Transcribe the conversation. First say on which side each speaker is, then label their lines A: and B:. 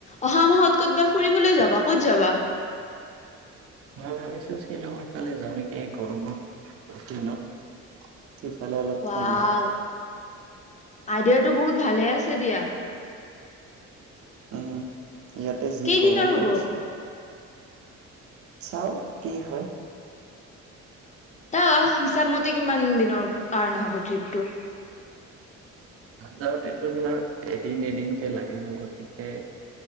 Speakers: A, on the left (about 25°); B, on the right (about 50°).
A: অহা মাহত ক'তবা ফুৰিবলৈ যাবা ক'ত যাবা
B: মই ভাবিছো শ্বিলঙৰ ফালে যাওঁ নেকি গৰমত দিনত সেইফালে অলপ
A: ৱাও
B: ঠাণ্ডা
A: আইডিয়াটো বহুত ভালে আছে দিয়া
B: উম, ইয়াতে যি
A: কেইদিনৰ
B: গৰম
A: হ'ব?
B: পৰিছে চাও কি হয়
A: তাত হিচাপ মতে কিমান দিনৰ কাৰণে হ'ব ট্ৰিপটো
B: যাওঁতেতো তোমাৰ এদিন এদিনকে লাগিব মোৰ গতিকে